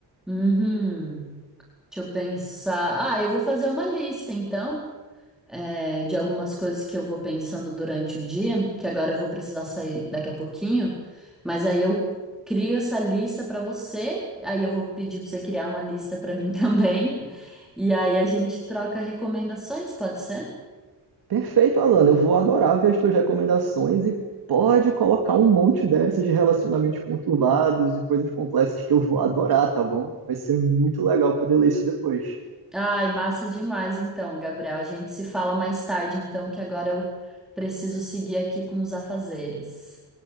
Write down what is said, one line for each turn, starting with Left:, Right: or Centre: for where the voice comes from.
Centre: Uhum. Deixa eu pensar. Ah, eu vou fazer uma lista, então, é, de algumas coisas que eu vou pensando durante o dia, que agora eu vou precisar sair daqui a pouquinho, mas aí eu crio essa lista para você, aí eu vou pedir para você criar uma lista para mim <laughs> também, e aí a gente troca recomendações, pode ser?
Right: Perfeito, Alana. Eu vou adorar ver as tuas recomendações e pode colocar um monte dessas de relacionamentos conturbados e coisas complexas que eu vou adorar, tá bom? Vai ser muito legal poder ler isso depois.
Centre: Ai, massa demais então, Gabriel. A gente se fala mais tarde então, que agora eu preciso seguir aqui com os afazeres.